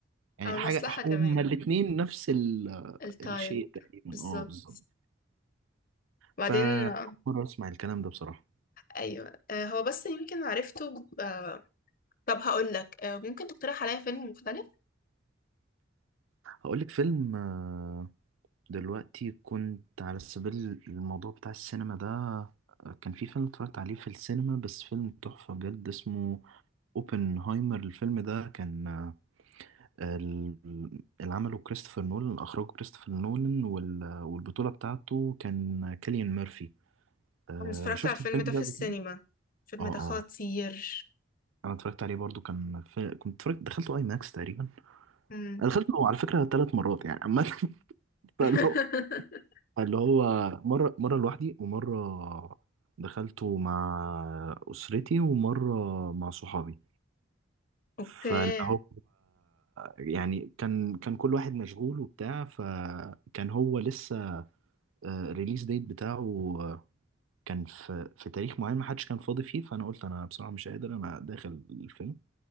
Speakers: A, on the right; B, on the left.
A: يعني
B: أو المصلحة
A: حاجة
B: كمان
A: هما الاتنين نفس ال...
B: التايب
A: الشيء تقريبا
B: بالظبط
A: اه بالظبط
B: بعدين
A: فأول
B: آه،
A: مرة أسمع الكلام ده بصراحة
B: أيوه آه، هو بس يمكن عرفته ب- آه، طب هقولك آه، ممكن تقترح عليا فيلم مختلف
A: هقول لك فيلم آه، دلوقتي كنت على سبيل الموضوع بتاع السينما ده آه، كان في فيلم اتفرجت عليه في السينما بس فيلم تحفة بجد اسمه اوبنهايمر الفيلم ده كان آه، ال- اللي عمله كريستوفر نولان أخرجه كريستوفر نولان وال- والبطولة بتاعته كان كيليان ميرفي آه،
B: أنا اتفرجت
A: شفت
B: على الفيلم
A: الفيلم
B: ده
A: ده
B: في
A: قبل
B: السينما
A: كده؟
B: الفيلم
A: اه
B: ده
A: اه
B: خطير
A: انا اتفرجت عليه برضو كان في... كنت اتفرجت دخلته اي ماكس تقريبا
B: مم.
A: أنا دخلته على فكره ثلاث مرات يعني عامه <laughs> فاللي
B: <laughs>
A: هو فاللي هو مره مره لوحدي ومره دخلته مع اسرتي ومره مع صحابي
B: أوكي
A: فاللي هو يعني كان كان كل واحد مشغول وبتاع فكان هو لسه الريليز ديت بتاعه آه، كان في في تاريخ معين ما حدش كان فاضي فيه فانا قلت انا بصراحه مش قادر انا داخل الفيلم